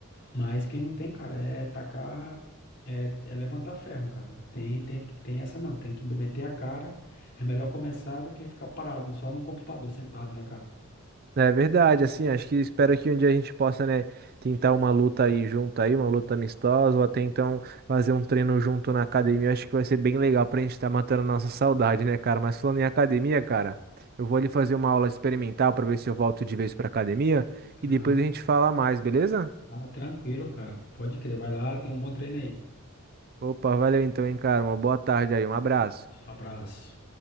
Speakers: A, on the left (about 55°); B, on the right (about 45°).
A: Mas quem não tem, cara, é tacar. É, é levantar ferro, cara. Não tem, tem, que- tem essa não. Tem que meter a cara. É melhor começar do que ficar parado só no computador, sentado, né, cara?
B: É verdade, assim, acho que espero que um dia a gente possa, né, tentar uma luta aí junto aí, uma luta amistosa, ou até então fazer um treino junto na academia. Acho que vai ser bem legal pra gente estar matando a nossa saudade, né, cara? Mas falando em academia, cara, eu vou ali fazer uma aula experimental pra ver se eu volto de vez pra academia e
A: Ah,
B: depois a gente fala mais, beleza?
A: ah, tranquilo, cara. Pode crer. Vai lá, tem um bom treino aí.
B: Opa, valeu então, hein, cara. Uma boa tarde aí, um abraço.
A: Abraço.